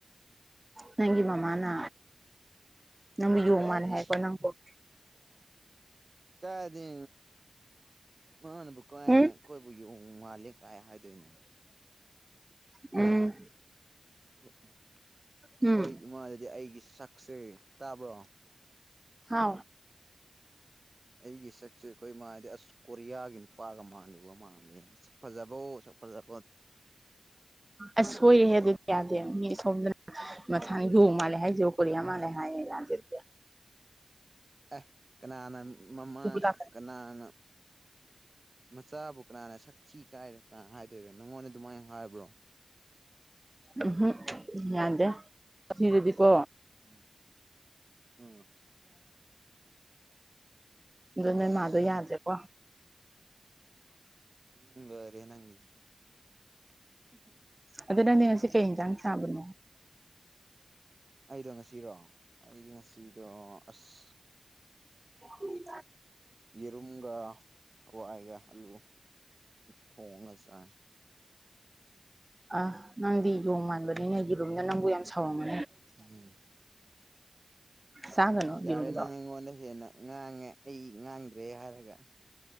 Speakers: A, on the right (about 25°); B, on the right (about 45°).
A: ꯅꯪꯒꯤ ꯃꯃꯥꯅ ꯅꯪꯕꯨ ꯌꯣꯡ
B: ꯑꯦꯁ
A: ꯃꯥꯜꯂꯦ ꯍꯥꯏꯔꯛꯄ꯭ꯔꯣ ꯅꯪꯕꯣ <unintelligible>
B: ꯀꯥꯏꯗꯤ ꯃꯥꯅꯕꯨ ꯀꯥꯏꯅ
A: ꯎꯝ
B: ꯑꯩꯈꯣꯏꯕꯨ ꯌꯉ ꯃꯥ ꯀꯂ ꯀꯥꯏ ꯍꯥꯏꯗꯣꯏꯅꯣ
A: ꯎꯝ
B: ꯑꯩꯈꯣꯏ
A: ꯎꯝ
B: ꯏꯃꯥꯗꯗꯤ ꯑꯩꯒꯤ ꯁꯛꯁꯦ ꯇꯥꯕ꯭ꯔꯣ
A: ꯍ
B: ꯑꯩꯒꯤ ꯁꯛꯁꯦ ꯑꯩꯈꯣꯏ ꯃꯥꯗꯤ ꯑꯁ ꯀꯣꯔꯤꯌꯥꯒꯤ ꯅꯨꯄꯥꯒ ꯃꯥꯜꯂꯨꯕ ꯃꯥꯜꯂꯦ ꯐꯖꯕ ꯑꯣ ꯁ ꯀꯣꯖ
A: ꯑꯁ ꯍꯣꯏꯔꯦ ꯑꯗꯨꯗꯤ ꯀꯌꯥꯗ ꯣꯗꯅ ꯃꯁꯥꯅ ꯌꯨ ꯃꯥꯜꯂꯦ ꯍꯥꯏ ꯣ ꯀꯣꯔꯤꯌꯥ ꯃꯥꯜꯂꯦ ꯍꯥꯏꯌꯦ ꯌꯥꯦ
B: ꯑꯦ ꯀꯅꯥꯅ ꯃꯃꯥ
A: ꯂꯥꯛꯀꯅꯤ
B: ꯀꯅꯥꯅ ꯃꯆꯥꯕꯨ ꯀꯅꯥꯅ ꯁꯛꯊꯤ ꯀꯥꯏꯔ ꯀꯅꯥ ꯍꯥꯏꯗꯣꯏꯔꯅꯣ ꯅꯪꯉꯣꯟꯗ ꯑꯗꯨꯃꯥꯏꯅ ꯍꯥꯏꯕ꯭ꯔꯣ
A: ꯎꯝꯝ ꯌꯥꯗꯦ ꯁꯤꯗꯨꯗꯤꯀꯣ
B: ꯎꯝ ꯎꯝ
A: ꯑꯗꯨ ꯅꯣꯏ
B: ꯑꯁ
A: ꯃꯥꯗꯣ ꯌꯥꯗ꯭ꯔꯦꯕꯣ
B: ꯎꯝ ꯂꯣꯔꯦ ꯅꯪꯒꯤꯗꯨꯗꯤ
A: ꯑꯗꯨ ꯅꯪꯗꯤ ꯉꯁꯤ ꯀꯩ ꯌꯦꯟꯁꯥꯡ ꯆꯕꯅꯣ
B: ꯑꯩꯗꯣ ꯉꯁꯤꯔꯣ ꯑꯩꯗꯤ ꯉꯁꯤꯗꯣ ꯑꯁ
A: ꯎ
B: ꯌꯦꯔꯃꯒ ꯍꯋꯥ ꯑꯩꯒ ꯑꯜ ꯊꯑꯣꯒꯁ
A: ꯑ ꯅꯪꯗꯤ ꯌꯣꯡ ꯃꯥꯟꯕꯅꯤꯅꯦ ꯌꯦꯔꯨꯝꯗ ꯅꯪꯕꯨ ꯌꯥꯝ ꯁꯥꯎꯔꯃꯦ
B: ꯎꯝ
A: ꯆꯥꯒꯅꯣ
B: ꯌꯥꯔꯦ
A: ꯌꯦꯔꯨꯝꯗꯣ
B: ꯅꯪ ꯏꯣꯟꯗ ꯍꯦꯅꯦ ꯉꯥꯡꯉꯦ ꯑꯩ ꯉꯥꯡꯗ꯭ꯔꯦ ꯍꯥꯏꯔꯒ